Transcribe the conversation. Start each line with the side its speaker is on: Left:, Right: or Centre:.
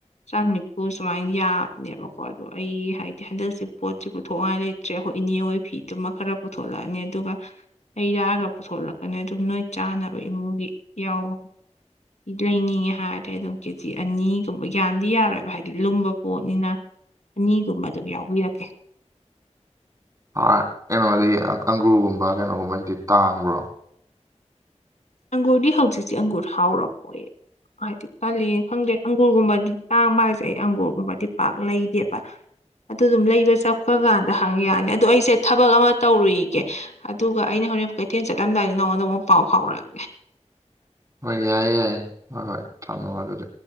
Left: ꯆꯥꯝ ꯅꯤꯐꯨ ꯁꯨꯃꯥꯏꯅ ꯌꯥꯕꯅꯦꯕꯀꯣ ꯑꯗꯣ ꯑꯩ ꯍꯥꯏꯗꯤ ꯍꯟꯗꯛꯁꯦ ꯄꯣꯠꯁꯤ ꯄꯨꯊꯣꯛꯉꯥꯏ ꯂꯩ꯫ ꯁꯦ ꯑꯩꯈꯣꯏ ꯏꯅꯦ ꯍꯣꯏ ꯐꯤꯗꯨꯃ ꯈꯔ ꯄꯨꯊꯣꯛꯂꯛꯑꯅꯤ ꯑꯗꯨꯒ ꯍꯩꯔꯒ ꯄꯨꯊꯣꯂꯛꯀꯅꯤ ꯑꯗꯨꯝ ꯅꯣꯏ ꯆꯥꯅꯕ ꯏꯃꯨꯡꯒꯤ ꯌꯥꯎꯋꯣ ꯂꯩꯅꯤꯡꯉꯦ ꯍꯥꯏꯔꯗꯤ ꯑꯗꯨꯝ ꯀꯦꯖꯤ ꯑꯅꯤꯒꯨꯝꯕ ꯌꯥꯝꯗꯤ ꯌꯥꯔꯔꯣꯏ ꯍꯥꯏꯗꯤ ꯂꯨꯝꯕ ꯄꯣꯠꯅꯤꯅ ꯑꯅꯤꯒꯨꯝꯕ ꯑꯗꯨꯝ ꯌꯥꯎꯕꯤꯔꯛꯀꯦ
Right: ꯑ ꯀꯩꯅꯣꯗꯤ ꯑꯪꯒꯨꯔꯒꯨꯝꯕ ꯀꯩꯅꯣꯒꯨꯝꯕꯗꯤ ꯇꯥꯡꯕ꯭ꯔꯣ
Left: ꯑꯪꯒꯨꯔꯗꯤ ꯍꯧꯖꯤꯛꯁꯤ ꯑꯪꯒꯨꯔ ꯍꯥꯎꯔꯝꯃꯣꯏꯌꯦ ꯍꯥꯏꯗꯤ ꯀꯜꯂꯤꯅ ꯈꯪꯗꯦ ꯑꯪꯒꯨꯔꯒꯨꯝꯕꯗꯤ ꯇꯥꯡꯕ ꯍꯥꯏꯁꯦ ꯑꯩ ꯑꯪꯒꯨꯔꯒꯨꯝꯕꯗꯤ ꯄꯥꯛ ꯂꯩꯗꯦꯕ ꯑꯗꯨ ꯑꯗꯨꯝ ꯂꯩꯕ ꯆꯠꯄꯀꯥꯟꯗ ꯍꯪ ꯌꯥꯅꯤ ꯑꯗꯣ ꯑꯩꯁꯦ ꯊꯕꯛ ꯑꯃ ꯇꯧꯔꯨꯏꯒꯦ ꯑꯗꯨꯒ ꯑꯩꯅ ꯍꯣꯔꯦꯟ ꯀꯩꯊꯦꯜ ꯆꯠꯂꯝꯗꯥꯏꯗꯨꯗ ꯅꯉꯣꯟꯗ ꯑꯃꯨꯛ ꯄꯥꯎ ꯐꯥꯎꯔꯛꯑꯒꯦ
Right: ꯍꯣꯏ ꯌꯥꯏꯌꯦ ꯌꯥꯏ ꯍꯣꯏ ꯍꯣꯏ ꯊꯝꯃꯣ ꯑꯗꯨꯗꯤ